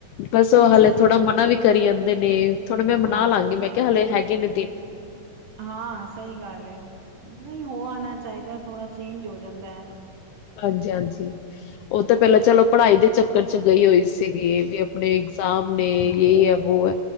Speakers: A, on the left; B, on the right.
A: ਬਸ ਓਹ
B: ਸਹੀ
A: ਹਲੇ
B: ਗੱਲ
A: ਥੋੜਾ ਮਨਾ ਵੀ ਕਰੀ <inaudible> ਥੋੜੇ ਮੈਂ ਬਨਾ
B: ਹਾਂ
A: ਲਾਂਗੀ ਮੈਂ ਕਿਹਾ ਹਲੇ ਹੈਗੇ <inaudible>
B: ਹਾਂ ਸਹੀ ਗੱਲ ਏ, ਨਈ ਹੋ ਆਨਾ ਚਾਈਦਾ। ਥੋੜਾ ਚੇਂਜ ਹੋ ਜਾਂਦਾ ਐ।
A: ਹਾਂਜੀ, ਹਾਂਜੀ ਓ ਤਾਂ ਪਹਿਲਾਂ
B: ਨਾ
A: ਚਲੋ ਪੜ੍ਹਾਈ ਦੇ ਚ <inaudible> ਗਈ ਹੋਈ ਸੀਗੀ ਵੀ ਅਪਨੇ ਸਾਮਨੇ
B: ਅੱਛਾ
A: ਯੇ, ਐ, ਵੋ, ‌ ਏ